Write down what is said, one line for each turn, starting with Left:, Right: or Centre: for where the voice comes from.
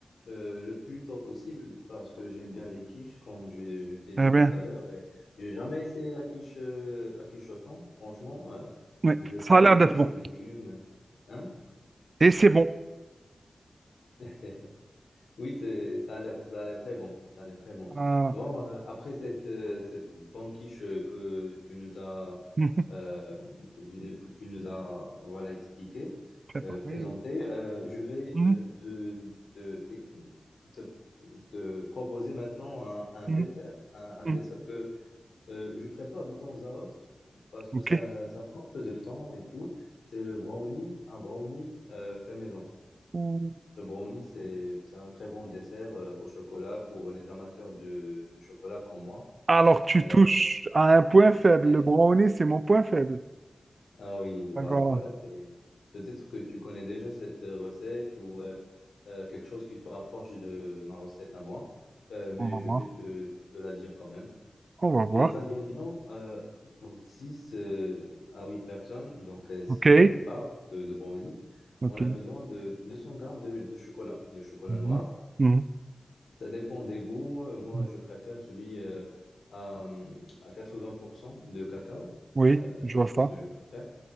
Left: euh, le plus tôt possible parce que j'aime bien les quiches, comme je, je t'ai dit
Right: Eh bien,
Left: tout à l'heure. Et j'ai jamais essayé la quiche, euh, la quiche au thon. Franchement, euh,
Right: oui,
Left: je
Right: ça
Left: fais
Right: a l'air
Left: des
Right: d'être
Left: quiches
Right: bon.
Left: aux légumes. Hein?
Right: Et c'est bon.
Left: <laughs> Oui, c'est, ça a l'air, ça a l'air très bon. Ça a l'air très bon.
Right: Voilà.
Left: Bon, euh, après cette, euh, cette banquiche euh, que tu nous as,
Right: <laughs> Mhm.
Left: euh, que tu, nous que tu nous as, voilà, expliqué,
Right: Préparé.
Left: euh, présenté,
Right: hein.
Left: euh, je vais
Right: Mhm.
Left: euh, te, te, te, te- te proposer maintenant un, un
Right: Mhm.
Left: dessert, un, un
Right: Mhm.
Left: dessert que euh, je prépare de temps à autre parce que
Right: OK.
Left: ça, ça prend un peu de temps et tout. C'est le brownie, un brownie euh, fait maison.
Right: Mhm.
Left: Le brownie, c'est, c'est un très bon dessert euh, au chocolat pour les amateurs de, de chocolat comme moi.
Right: Alors, tu
Left: Euh,
Right: touches à un point faible.
Left: <laughs>
Right: Le brownie, c'est mon point faible.
Left: ah oui, bah
Right: D'accord.
Left: voilà, c'est peut-être que tu connais déjà cette euh, recette ou euh, euh, quelque chose qui se rapproche de ma recette à moi, Euh, mais
Right: On va
Left: je vais
Right: voir.
Left: te, te la dire quand même.
Right: On va voir.
Left: Pour les ingrédients, euh, pour 6 euh, à 8 personnes, donc euh, six
Right: OK.
Left: à 8 parts de, de brownie,
Right: OK.
Left: on a besoin de 200 grammes de, de chocolat, de chocolat
Right: Mhm.
Left: noir.
Right: Mhm.
Left: Ça dépend des goûts. Euh, Moi,
Right: Mhm.
Left: je préfère celui euh, à, hum, à 80% de cacao.
Right: Oui,
Left: Euh,
Right: je vois ça.
Left: c'est ce que je préfère.